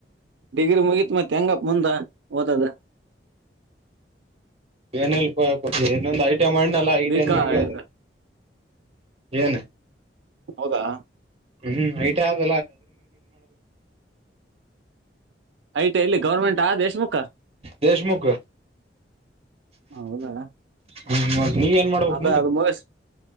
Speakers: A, on the right (about 85°); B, on the right (about 35°).
A: ಡಿಗ್ರಿ ಮುಗತ್ ಮತ್ತೆ ತೆಂಗಪ್ಪ ಮುಂದ ಓದದು
B: ಕೆನ ಪಏನಂದ ಆಐ <unintelligible> ಈಟ ಮಾಡನಲ್ಲಾ ಈ
A: ಬಿಕಾ
B: ಟೈಮ್ ನಾಗೆ
A: ಇದು
B: ಏನ
A: ಹೌದಾ
B: ಹ್ಮ್ ಐಟ ಆದ
A: ಯತ ಇಲ್ಲಿ ಗೌರ್ಮೆಂಟ್ ಆ ದೇಶಮುಖ
B: ದೇಶ್ಮುಖ್
A: ಹೌದಾ
B: ಹ್ಮ ನೀವ ಏನ್ ಮಾಡ್ಬೇಕಕ್
A: ಅದ
B: ಮುಂದ
A: ಅದು ಮುಗಿಸ್